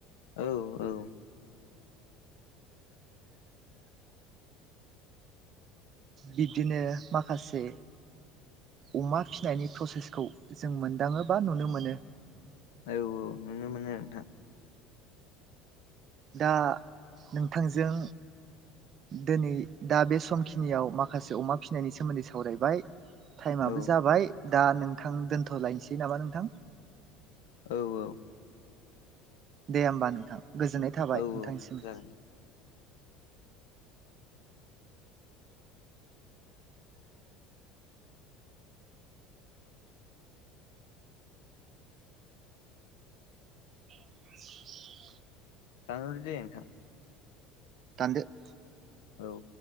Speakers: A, on the left; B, on the right.
A: औ औ
B: बिदिनो माखासे अमा फिसिनायनि प्रसेसखौ जों मोनदाङो बा नुनो मोनो
A: औ औ औ नुनो मोनो नोंथां
B: दा नोंथांजों दिनै दा बे समखिनियाव माखासे अमा फिसिनायनि सोमोन्दै सावरायबाय टाइमाबो
A: औ
B: जाबाय दा नोंथां दोनथ'लायनोसै नामा नोंथां
A: औ औ
B: दे होमबा नोंथां गोजोननाय थाबाय
A: औ
B: नोंथांनिसिम
A: औ जागोन दे
B: <inaudible>
A: दानहरदो दे नोंथां
B: दानदो
A: औ